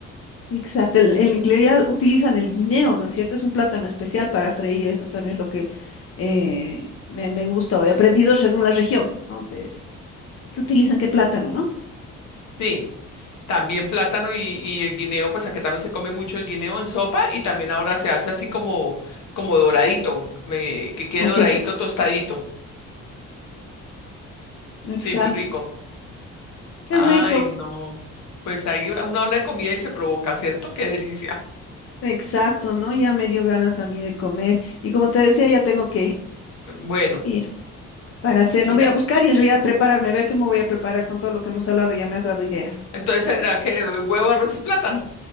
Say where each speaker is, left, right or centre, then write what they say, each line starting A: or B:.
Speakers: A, on the left; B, on the left.
A: Exacto, el, el, en realidad utilizan el guineo, ¿no es cierto? Es un plátano especial para freír, eso también es lo que eh, me, me gusta, o he aprendido según la región, ¿no? De, ¿qué utilizan? ¿Qué plátano, no?
B: Sí. También plátano y, y el guineo, pues aquí también se come mucho el guineo en sopa y también ahora se hace así como, como doradito, eh, que quede
A: Ay,
B: doradito,
A: qué ok. rico,
B: tostadito.
A: exacto,
B: Sí, muy rico.
A: qué
B: Ay,
A: rico.
B: no. Pues ahí uno habla de comida y se provoca, ¿cierto? Qué delicia.
A: Exacto, ¿no? Ya me dio ganas a mí de comer. Y como te decía, ya tengo que
B: Bueno,
A: ir para hacer, no
B: mira.
A: voy a buscar y en realidad prepararme, ver qué me voy a preparar con todo lo que hemos hablado, ya me has dado ideas.
B: Entonces será que huevo, arroz y plátano.